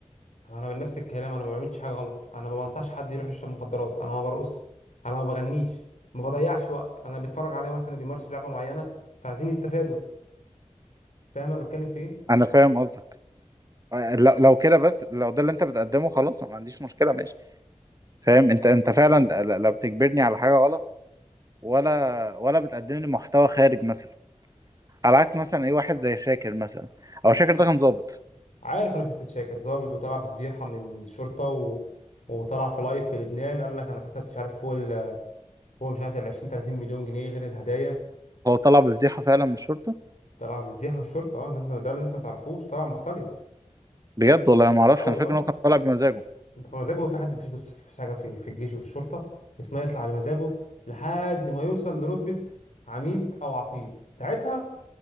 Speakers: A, on the left (about 80°); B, on the right (about 30°).
A: طب انا بنفس الكلام انا ما بعملش حاجه غلط انا ما بنصحش حد يروح يشرب مخدرات انا ما برقص انا ما بغنيش ما بضيعش وقت انا بتفرج عليا مثلا بيمارسوا لعبه معينه فعايزين يستفادوا فاهم انا بتكلم في ايه
B: انا فاهم قصدك آه، لو لو كده بس لو ده اللي انت بتقدمه خلاص أنا ما عنديش مشكله ماشي فاهم انت انت فعلا لا لا بتجبرني على حاجه غلط ولا ولا بتقدم لي محتوى خارج مثلا على عكس مثلا اي واحد زي شاكر مثلا او شاكر ده كان ظابط
A: عارف انا قصه شاكر ظابط وطلع بفضيحه من الشرطه و... وطلع في لايف في لبنان قال لك انا كسبت مش عارف فوق ال... هو مش عارف ال 20 30 مليون جنيه غير الهدايا
B: هو طلع بفضيحه فعلا من الشرطه
A: طلع بيفضيح من الشرطة اه الناس ده اللي لسه ما تعرفوش طلع مختلس
B: بجد والله ما اعرفش
A: اه والله
B: انا فاكر ان هو كان طالع بمزاجه
A: انت بمزاجه في حد مفيش بس مفيش حاجة في في الجيش وفي الشرطة اسمها يطلع بمزاجه لحد ما يوصل لرتبة عميد أو عقيد ساعتها